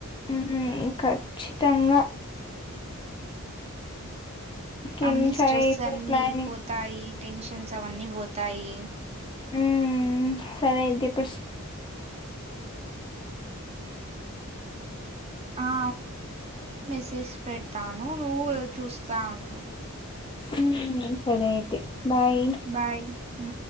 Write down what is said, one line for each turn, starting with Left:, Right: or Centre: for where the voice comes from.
Left: హు ఖచ్చితంగా ఇంకేం
Right: అన్ని స్ట్రెస్
Left: సరే ఇప్పుడు
Right: అన్ని
Left: ప్లానింగ్
Right: అయి పోతాయి టెన్షన్స్ అవన్నీ పోతాయి
Left: హుమ్ సరే అయితే ఇప్పుడు
Right: ఆ చేసి పెడతాను నువ్వు చూస్తా ఉండు
Left: హ సరే అయితే బాయ్
Right: బాయ్ హు